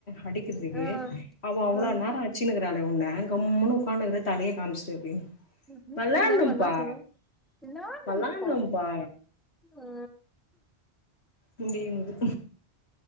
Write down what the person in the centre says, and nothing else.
ஆ
ஆ
என்ன
<unintelligible> சொல்லு நானும்
ப்பா ஆ...